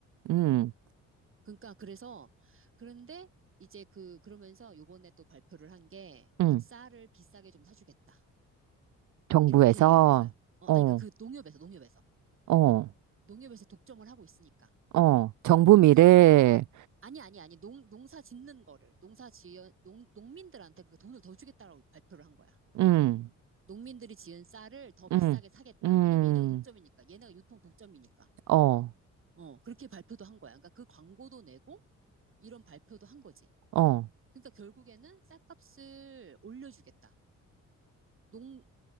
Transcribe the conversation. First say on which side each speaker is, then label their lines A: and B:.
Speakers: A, on the right; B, on the right.
A: 음,
B: 그러니까 그래서 그런데 이제 그 그러면서 요번에 또 발표를 한 게
A: 음.
B: 쌀을 비싸게 좀 사주겠다.
A: 정부에서,
B: 이렇게 얘기를 한 거야. 어,
A: 어,
B: 아니 그러니까 그 농협에서 농협에서
A: 어,
B: 농협에서 독점을 하고 있으니까.
A: 어. 정부 미래,
B: 그러니까 노- 아니 아니 아니 농 농사 짓는 거를 농사 지은 농 농민들한테 그 돈을 더 주겠다라고 발표를 한 거야.
A: 음,
B: 농민들이 지은 쌀을 더 비싸게
A: 음,
B: 사겠다.
A: 음,
B: 왜냐면 얘네가 독점이니까. 얘네가 유통 독점이니까.
A: 어,
B: 어, 그렇게 발표도 한 거야. 그러니까 그 광고도 내고 이런 발표도 한 거지.
A: 어,
B: 그러니까 결국에는 쌀값을 올려주겠다. 농,